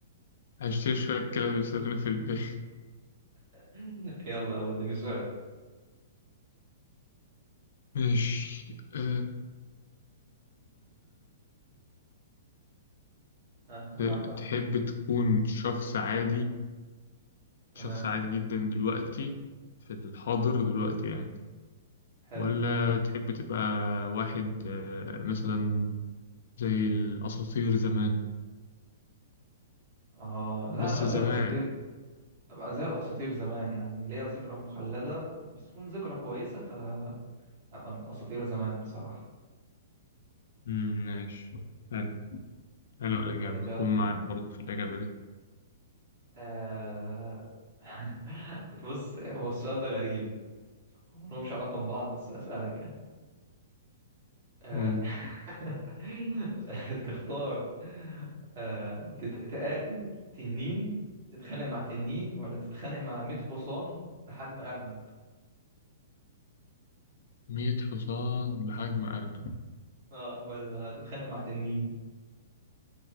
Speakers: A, on the left (about 65°); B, on the right (about 50°).
A: هشتري شوية كلاب يسرني في البيت
B: <laughs> يلا يلا اديني سؤال
A: <laughs> ماشي أه...
B: ها انا
A: ت-
B: معاك اهو
A: تحب تكون شخص عادي
B: تمام
A: شخص عادي جدا دلوقتي في الحاضر دلوقتي يعني
B: حلو
A: ولا تحب تبقى واحد آه، مثلا زي الأساطير زمان
B: آه لا
A: بس
B: أبقى
A: زمان
B: زي الأساطير أبقى زي الأساطير زمان يعني ليا ذكرى مخلدة بس تكون ذكرى كويسة فأبقى من أساطير زمان بصراحة
A: مم، ماشي حلو حلو الإجابة
B: طيب
A: أكون
B: يلا
A: معاك برضه في الإجابة دي
B: آه <laughs> بص هو السؤال ده غريب ملهمش علاقة ببعض بس هسألك يعني آه
A: أوه.
B: <laughs> تختار آه تت- تقاتل تنين تتخانق مع تنين ولا تتخانق مع 100 حصان بحجم أرنب
A: مية حصان بحجم أرنب
B: آه ولا تتخانق مع تنين